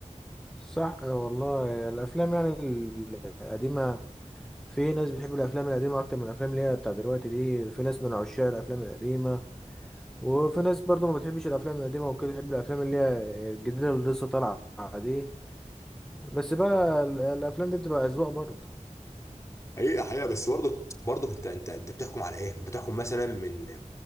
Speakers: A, in the centre; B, on the left (about 25°).
A: صح آه، والله الأفلام يعني القديمة في ناس بتحب الأفلام القديمة أكتر من الأفلام اللي هي بتاع دلوقتي دي في ناس من عشاق الأفلام القديمة وفي ناس برضو ما بتحبش الافلام القديمه وكده تحب الافلام اللي هي الجديده اللي لسه طالعه دي بس بقى ال- الافلام دي بتبقى اذواق برضو
B: حقيقة حقيقة بس برضك برضك انت انت انت بتحكم على ايه؟ بتحكم مثلا من